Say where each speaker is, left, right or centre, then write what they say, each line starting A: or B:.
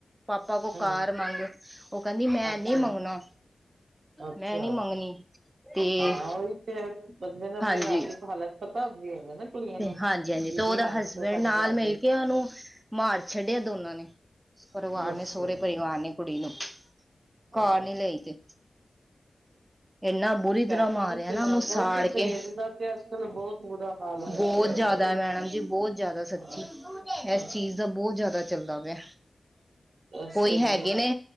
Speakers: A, on the right; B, on the right.
A: ਪਾਪਾ ਕੋਲ
B: ਹਮ
A: ਕਾਰ ਮੰਗ ਉਹ ਕਹਿੰਦੀ ਮੈਂ
B: ਅੱਛਾ
A: ਨਹੀਂ ਮੰਗਣਾ
B: ਅੱਛਾ
A: ਮੈਂ ਨਹੀਂ ਮੰਗਣੀ ਤੇ
B: ਹਾਂ ਉਹੀ ਤੇ ਬੰਦੇ ਨੂੰ ਆਪਣੇ
A: ਹਾਂਜੀ
B: ਘਰ ਦੀ ਹਾਲਤ ਪਤਾ ਹੁੰਦੀ ਹੈ ਨਾ ਕੁੜੀਆਂ
A: ਤੇ
B: ਨੂੰ
A: ਹਾਂਜੀ
B: ਕੀ
A: ਹਾਂਜੀ ਤੇ ਉਹਦਾ
B: ਕੀ ਹਾਲਤ
A: ਹਸਬੈਂਡ
B: ਹੈ ਸਾਡੇ
A: ਨਾਲ
B: ਘਰ
A: ਮਿਲ
B: ਦੀ
A: ਕੇ ਉਹਨੂੰ ਮਾਰ ਛੱਡਿਆ ਦੋਨਾਂ ਨੇ ਪਰਿਵਾਰ
B: ਦੱਸੋ
A: ਨੇ ਸੋਹੁਰੇ ਪਰਿਵਾਰ ਨੇ ਕੁੜੀ ਨੂੰ ਕਾਰ
B: ਹਾਂ
A: ਨੀ ਲਈ ਤੇ ਇਨਾ ਬੁਰੀ ਤਰ੍ਹਾਂ
B: <unintelligible>
A: ਮਾਰਿਆ
B: ਤੇ
A: ਨਾ
B: ਨੇ
A: ਉਹਨੂੰ
B: ਬਹੁਤ
A: ਸਾੜ
B: ਦਾਜ
A: ਕੇ
B: ਦਾ ਤੇ ਅੱਜਕੱਲ੍ਹ ਬਹੁਤ ਬੁਰਾ ਹਾਲ ਹੋਇਆ
A: ਬਹੁਤ
B: ਪਿਆ
A: ਜਿਆਦਾ
B: ਹੈਗਾ ਵੇ
A: ਮੈਡਮ ਜੀ ਬਹੁਤ ਜਿਆਦਾ ਸੱਚੀ
B: ਹਾਂ
A: ਇਸ
B: ਹਾਂ
A: ਚੀਜ਼ ਬਹੁਤ ਜ਼ਿਆਦਾ ਚੱਲਦਾ ਪਿਆ
B: ਬਸ
A: ਕੋਈ
B: ਉਹੀ
A: ਹੈਗੇ
B: ਹੈ ਨਾ
A: ਨੇ